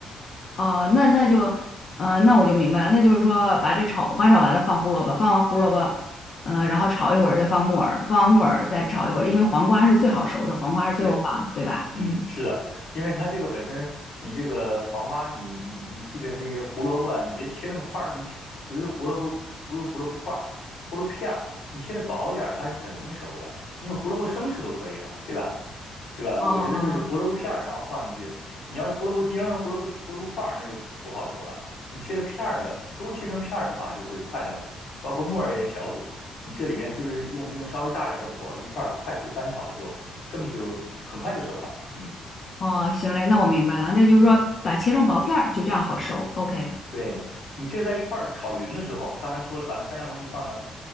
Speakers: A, on the left (about 40°); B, on the left (about 60°).
A: 哦、那那就，呃，那我就明白了，那就是说把这炒花炒完了放胡萝卜，放完胡萝卜，呃，然后炒一会儿再放木耳，放完木耳再炒一会儿，因为黄瓜是最好熟的，黄瓜是最后放的，
B: 对，
A: 对吧？
B: 嗯，
A: 嗯。
B: 是的，因为它这个本身，你这个黄瓜，你你你记得那些胡萝卜啊，你别切那么块儿，那么平不是胡萝卜，不是胡萝卜块儿，胡萝卜片儿，你切的薄一点儿，它是很容易熟的，因为胡萝卜生吃都可以嘛，对吧？对吧？
A: 哦，
B: 我觉得就是胡萝卜片儿，然后放进去。你要是胡萝卜丁儿、胡萝卜胡萝卜块儿，那就不好熟了。你切的片儿的，都切成片儿的话，就会快得很。包括木耳也小朵，你这里边就是用用稍微大点的火一块儿快速翻炒的时候，根本就很快就熟了。嗯。
A: 哦，行嘞，那我明白了，那就是说把切成薄片儿，就这样好熟。OK。
B: 对，你其实在一块儿炒匀的时候，刚才说了，把那三样东西放到，